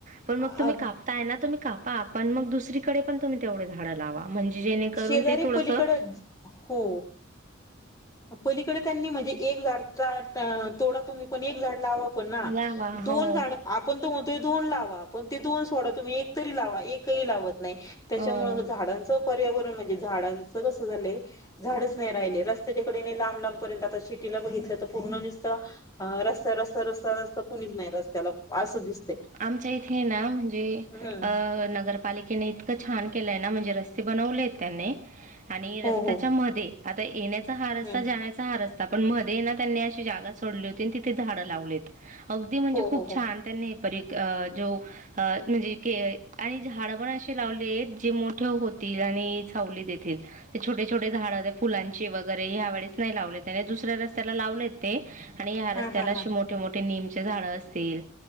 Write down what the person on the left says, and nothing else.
अ
शेजारी
पलीकड हो पलीकडे म्हणजे एक झाड तोडा पण तुम्ही पण एक झाड लावा.
दोन
झाड आपण म्हणतोय दोन लावा आपण ते दोन सोडा तुम्ही एक तरी लावा. एकही लावत नाही त्याच्यामुळे
झाडा झाडांचा कसा झाला म्हणजे झाडच नाही राहिले रस्त्याच्या कडेने आता लांब लांब दिसले तर पूर्ण दिसत रस्ता रस्ता रस्ता रस्ता कोणीच नाही रस्त्याला अस दिसत.
हम्म
हो
हो
हम्म
हो
हो हो
हा हा
हा